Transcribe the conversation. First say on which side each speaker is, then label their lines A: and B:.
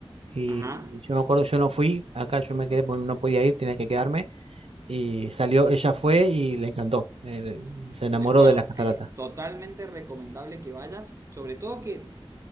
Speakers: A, on the right; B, on the right.
A: Y
B: Ajá.
A: yo me acuerdo, yo no fui, acá yo me quedé porque no podía ir, tenía que quedarme. Y salió, ella fue y le encantó, le- le- se enamoró
B: De- Bueno,
A: de las cataratas.
B: eh, totalmente recomendable que vayas, sobre todo que